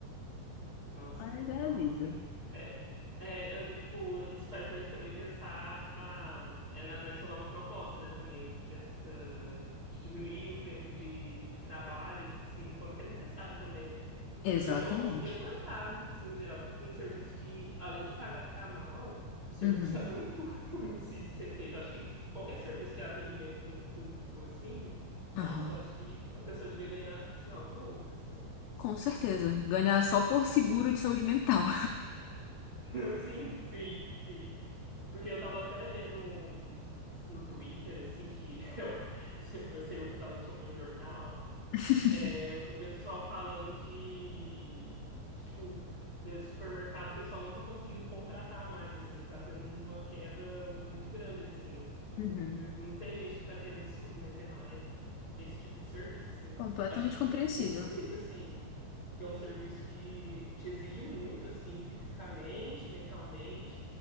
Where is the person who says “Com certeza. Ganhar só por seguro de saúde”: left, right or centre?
Left